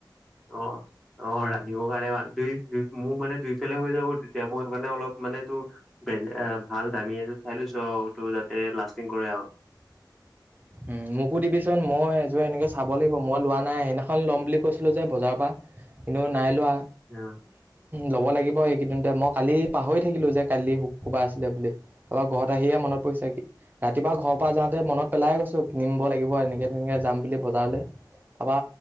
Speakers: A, in the centre; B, on the right.
A: অ অ ৰান্ধিবৰ কাৰণে দুই মোৰ মানে দুইফালে হৈ যাব তেতিয়া মই সেই কাৰণে অলপ- মানে তটো বেলে ভাল দামী এই চাই লৈছো আৰু ত যাতে লাষ্টিং কৰে আৰু-
B: <inaudible> উম মোকো দিবিচোন মই এযোৰ এনেকে চাব লাগিব মই লোৱা নাই সেইদিনাখন ল'ম বুলি কৈছিলো যে বজাৰৰ পৰা- কিন্তু নাই লোৱা।
A: অ
B: ল'ব লাগিব এই কিদন্ত মই কালি পাহৰি থাকিলো যে কালি কোবা আছিলে বুলি তপ ঘৰত আহিয়ে মনত- পইচা কি ৰাতিুৱা ঘৰ পৰা যাওঁতে মনত পেলাই গৈছ। কিনিব লাগিব এনেকে তেনেকে যাম বুলি বজাৰলৈ তাপা